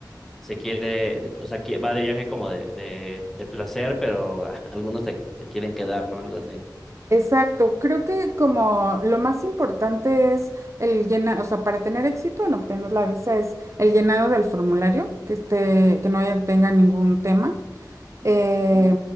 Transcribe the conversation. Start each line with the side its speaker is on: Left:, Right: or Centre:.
Centre: se quiere, o sea, qui- va de viaje como de, de, de placer, pero ah, <laughs> algunos se, se quieren quedar, ¿no? Algo así.
Right: Exacto, creo que como lo más importante es el llenado, o sea, para tener éxito en obtener la visa es el llenado del formulario, que esté, que no haya, tenga ningún tema eh,